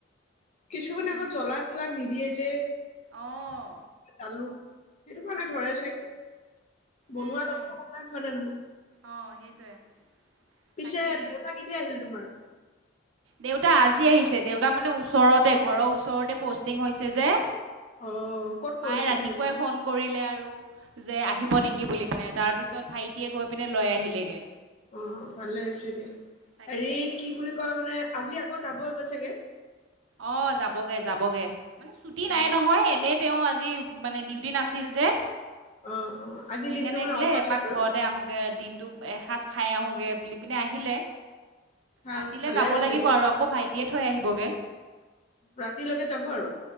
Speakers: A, on the left; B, on the right.
A: কিছুমান
B: উম,
A: আকৌ জ্বলা চলা নিদিয়ে যে
B: অঁ
A: জালুক সেইটো কাৰণে ধৰেই চাগে। বনোৱাৰ
B: উম
A: লগতো
B: উম
A: কথা হয় নে নহয়?
B: অঁ সেইটোৱে
A: পিছে
B: তাকে
A: দেউতা কেতিয়া আহিল তোমাৰ?
B: দেউতা আজি আহিছে। দেউতা মানে ওচৰতে, ঘৰৰ ওচৰতে পষ্টিং হৈছে যে
A: অ', ক'ত
B: মায়ে
A: পষ্টিং
B: ৰাতিপুৱাই
A: হৈছে?
B: ফোন কৰিলে আৰু। যে আহিব নেকি বুলি পিনে, তাৰ পিছত ভাইটিয়ে গৈ পিনে লৈ আহিলেগে।
A: অ' ভালে হৈছে দিয়া।
B: তাকে
A: হেৰি কি বুলি কয় মানে আজি আকৌ যাব হৈ গৈছোগে।
B: অ' যাবগে, যাবগে মানে ছুটি
A: অ',
B: নাই নহয়। এনে তেওঁ আজি মানে ডিউটি নাছিল যে।
A: অ', অ', আজিৰ
B: সেইকাৰণে
A: দিনটো মানে
B: বোলে
A: অফ আছে
B: এপাক
A: আৰু
B: ঘৰতে আহোগে দিনটো এসাঁজ খাই আহোঁগৈ বুলি পিনে আহিলে।
A: ভাল
B: ৰাতিলৈ
A: ভালে
B: যাব
A: হৈছে
B: লাগিব
A: দিয়া।
B: আৰু আকৌ ভাইটিয়ে থৈ আহিবগে।
A: ৰাতিলৈকে যাব আৰু